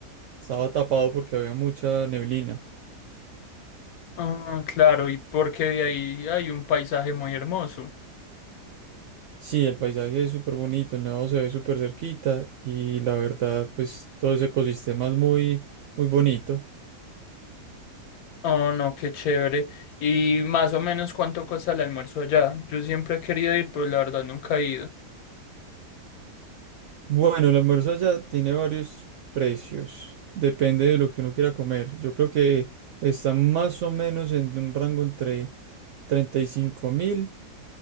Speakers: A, on the right (about 70°); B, on the left (about 70°).
A: estaba tapado porque había mucha neblina.
B: Ah, claro, y porque de ahí hay un paisaje muy hermoso.
A: Sí, el paisaje es súper bonito, el nevado se ve súper cerquita y la verdad, pues todo ese ecosistema es muy, muy bonito.
B: Oh, no, qué chévere. ¿Y más o menos cuánto cuesta el almuerzo allá? Yo siempre he querido ir, pero la verdad nunca he ido.
A: Bueno, el almuerzo allá tiene varios precios, depende de lo que uno quiera comer. Yo creo que está más o menos en un rango entre 35 mil